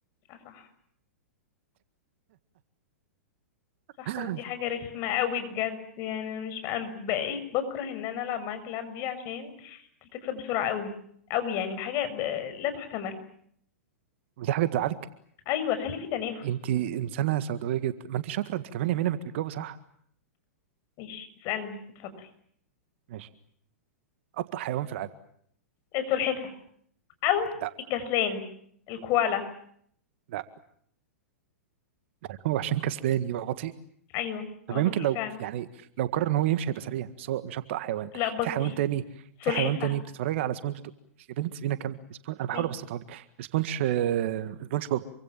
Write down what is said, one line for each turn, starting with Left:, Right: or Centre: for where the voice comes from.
Left: اه صح
Right: <laughs>
Left: صح ودي حاجة رخمة قوي بجد يعني انا مش انا بقيت بكره ان انا العب معاك اللعب دي عشان انت بتكسب بسرعة قوي قوي يعني بحاجة ب... لا تحتمل
Right: ودي حاجه تزعلك
Left: ايوه خلي في تنافس
Right: انت انسانه سوداويه جدا ما انت شاطره انت كمان يا مينا ما انت بتجاوبي صح
Left: ماشي اسألني اتفضل
Right: ماشي ابطا حيوان في العالم
Left: السلحفة او
Right: لا
Left: الكسلان الكوالا
Right: لا <laughs> هو عشان كسلان يبقى بطيء
Left: ايوه
Right: طب
Left: ما هو
Right: يمكن
Left: بطيء
Right: لو
Left: فعلا
Right: يعني لو قرر ان هو يمشي هيبقى سريع بس هو مش ابطأ حيوان
Left: لا بطيء
Right: في حيوان تاني في
Left: سلحفة
Right: حيوان تاني بتتفرج على سبونج دو- يا بنت سيبينا كم سبونج انا بحاول
Left: ماشي
Right: ابسطها لك سبونج آه، سبونج بوب